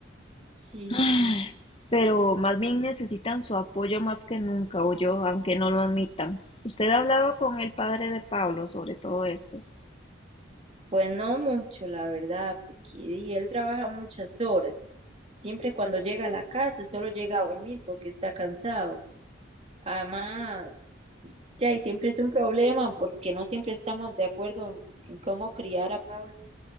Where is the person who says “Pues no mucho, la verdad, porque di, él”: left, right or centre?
Right